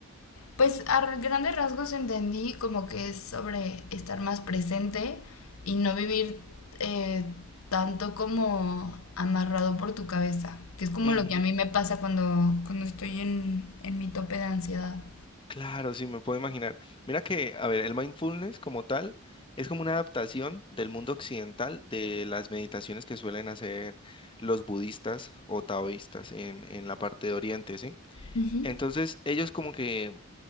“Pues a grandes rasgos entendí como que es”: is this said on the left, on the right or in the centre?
Left